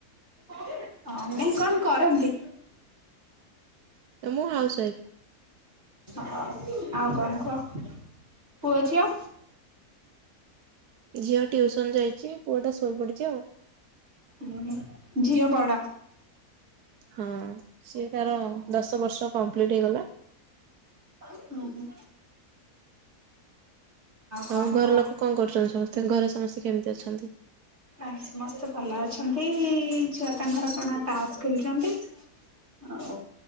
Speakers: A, on the right; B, on the right.
A: ଅ ନାଇଁ କଣ କରନ୍ତି?
B: ମୁଁ ହାଉସ୍ ୱାଇଫ୍।
A: ହଁ ଆଉ କଣ କୁହ ପୁଅ ଝିଅ?
B: ଝିଅ ଟିୟୁସନ୍ ଯାଇଛି ପୁଅ ଟା ଶୋଇ ପଡ଼ିଛି ଆଉ।
A: ହୁଁ ହୁଁ ଝିଅ ବଡ଼।
B: ହଁ ସିଏ ତାର ଦଶ ବର୍ଷ କମ୍ପ୍ଲିଟ୍ ହେଇଗଲା।
A: ହଁ ହୁଁ। କଣ
B: ଆଉ ଘର
A: କୁହ?
B: ଲୋକ କଣ କରୁଛନ୍ତି ସମସ୍ତେ ଘରେ ସମସ୍ତେ କେମତି ଅଛନ୍ତି?
A: ଆଉ ସମସ୍ତେ ଭଲ ଅଛନ୍ତି ଛୁଆ ତାଙ୍କର କଣ ଟାସ୍ ଖେଳୁଚନ୍ତି। ଆଉ